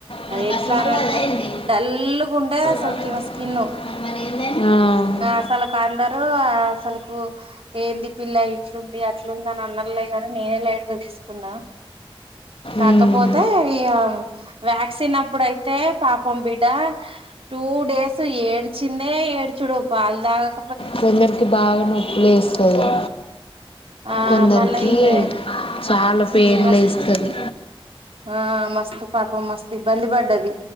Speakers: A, on the left (about 70°); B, on the right (about 70°).
A: మన
B: ఎట్లా
A: కస్టమర్
B: అనంటే
A: కదా ఏంది
B: డల్ గ ఉండే అసలుకిమె
A: ఆ,
B: స్కిన్
A: మరి ఏందని ఆ,
B: అసలు కా అందరు అసలు ఏంది పిల్ల ఇట్లుంది అని ఉందా అన్న ై కానీ నేనే లైట్ గాతీసుకున్న కాకపోతే
A: ఉమ్,
B: ఇగా వ్యాక్సినప్పుడయితే పాపం బిడ్డ టూ డేస్ ఏడ్ చిన్నె ఏడ్చుడు పాల్ దాక
A: కొందరికి బాగ నొప్పులేస్ అంతేగా
B: ఆ
A: కొందరికి
B: మళ్ళా ఈమె
A: చాల పేన్
B: మస్త్
A: లేస్తది
B: ఆ మస్త్ పాపం మస్త్ ఇబ్బంది పడ్డది